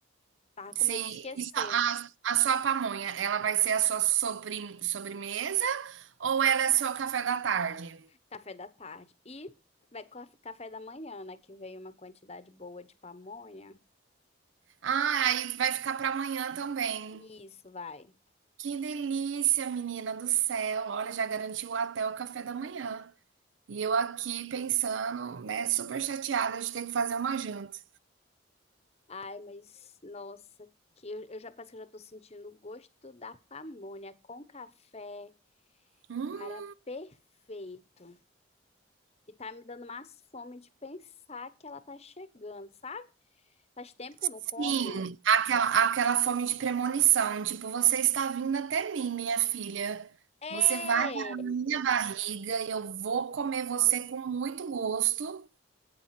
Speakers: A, on the left (about 35°); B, on the right (about 75°).
A: Tava com
B: Sim,
A: medo de esquecer.
B: e só- a, a sua pamonha, ela vai ser a sua sobre, sobremesa ou ela é seu café da tarde?
A: Café da tarde. E vai com a- café da manhã, né? Que veio uma quantidade boa de pamonha.
B: Ah, aí vai ficar para amanhã também.
A: Isso, vai.
B: Que delícia, menina do céu. Olha, já garantiu até o café da manhã. E eu aqui pensando, né, super chateada de ter que fazer uma janta.
A: Ai, mas nossa, que eu, eu já parece que eu já tô sentindo o gosto da pamonha com café.
B: Hum,
A: Cara, perfeito. E tá me dando mais fome de pensar que ela tá chegando, sabe? Faz tempo que eu não
B: Sim,
A: como.
B: aquela aquela fome de premonição, tipo: "Você está vindo até mim, minha filha.
A: É,
B: Você vai para na minha barriga e eu vou comer você com muito gosto".